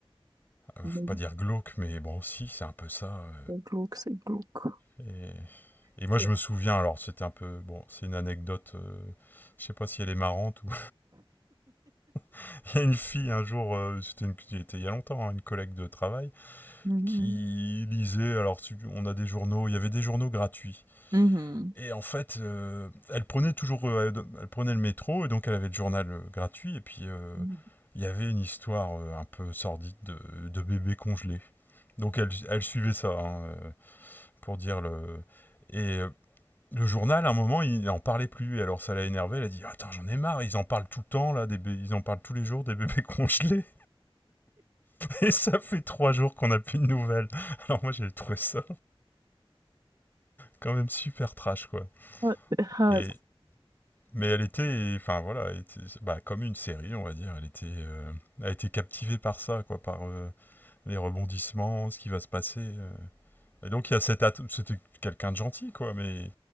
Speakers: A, on the left (about 20°); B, on the right (about 40°).
A: euh,
B: Mhm.
A: faut pas dire glauque, mais bon, si, c'est un peu ça. euh,
B: C'est glauque, c'est glauque.
A: Et, et
B: C'est-
A: moi, je me souviens, alors c'était un peu. Bon, c'est une anecdote, euh, je sais pas si elle est marrante. Ou... <laughs> il y a une fille un jour, euh, c'était une- il y a longtemps, hein, une collègue de travail,
B: Mhm.
A: qui lisait. Alors, on a des journaux, il y avait des journaux gratuits.
B: Mhm.
A: Et en fait, euh, elle prenait toujours. euh, elle, prenait le métro, et donc elle avait le journal euh, gratuit, et puis euh,
B: Mhm.
A: il y avait une histoire euh, un peu sordide de, de bébé congelé. Donc elle, elle suivait ça, hein, euh, pour dire le. Et euh, Le journal, à un moment, il en parlait plus. Et alors, ça l'a énervé. Elle a dit Attends, j'en ai marre. Ils en parlent tout le temps, là. Des bé- Ils en parlent tous les jours, des bébés <laughs> congelés. Et ça fait trois jours qu'on n'a plus de nouvelles. <laughs> Alors, moi, j'ai trouvé ça quand même super trash, quoi.
B: Ah, ah,
A: Et... Mais elle était, enfin voilà, elle était- bah, comme une série, on va dire. Elle était, euh, elle a été captivée par ça, quoi, par euh, les rebondissements, ce qui va se passer. euh. Et donc, il y a cette. at- C'était quelqu'un de gentil, quoi. Mais